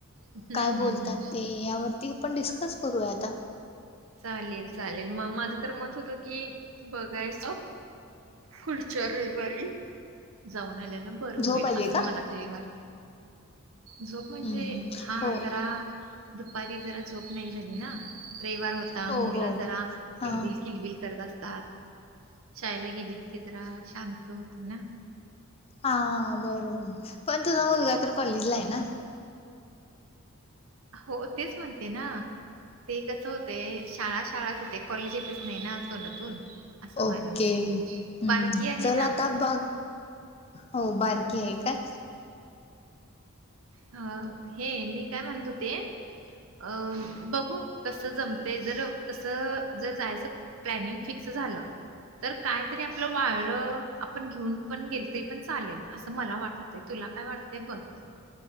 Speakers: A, on the right; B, on the left.
A: हम्म
B: काय
A: हम्म
B: बोलतात
A: हम्म
B: ते यावरती आपण डिस्कस करूयात.
A: चालेल चालेल मग माझं तर मत होतं की बघायचं पुढच्या रविवारी जाऊन आल्यान बरं
B: झोप
A: होईल
B: आली
A: असं
B: का
A: मला तरी वाटते. झोप म्हणजे
B: हम्म हम्म
A: हा
B: हो
A: जरा दुपारी जरा झोप नाही झाली ना. रविवार होता
B: हो
A: मुलं
B: हो
A: जरा
B: हा
A: किलबिल किल बिल करत असतात. शाळेला गेलीत की जरा शांत होतं ना.
B: हा बरोबर पण तुझा मुलगा तर कॉलेजला आहे ना.
A: हो तेच म्हणते ना. ते कस होते शाळा शाळाच येते कॉलेज येतेच नाही ना तोंडातून. असं
B: ओके
A: व्हायला लागलंय.
B: ह्म
A: बारकी आहे
B: चल
A: ना
B: आता बघ हो बारकी आहे काय?
A: ह अ हे मी काय म्हणत होते. अं बघू कसं जमते जर तस जर जायचं प्लॅनिंग फिक्स झालं. तर कायतरी आपलं वाळळ आपण घेऊन पण गेल तरी पण चालेल असं मला वाटतंय. तुला काय वाटतय बघ?